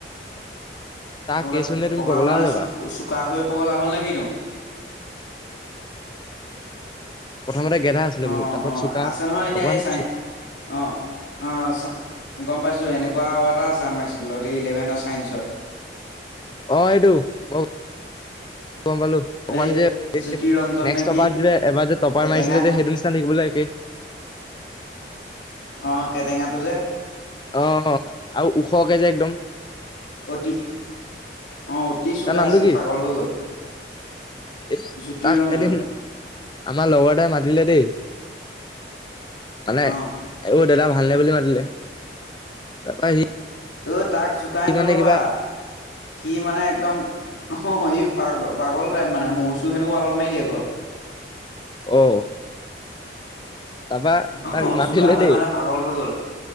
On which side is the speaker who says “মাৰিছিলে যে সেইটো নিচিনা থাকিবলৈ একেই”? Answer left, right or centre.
Left